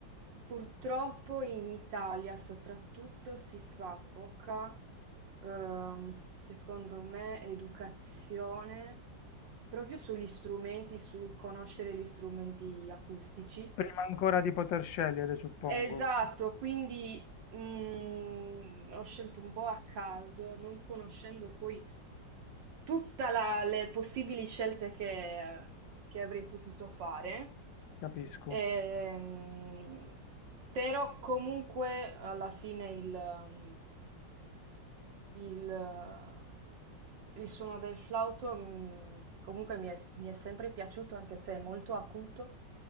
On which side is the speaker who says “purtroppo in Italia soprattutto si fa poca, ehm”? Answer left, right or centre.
Right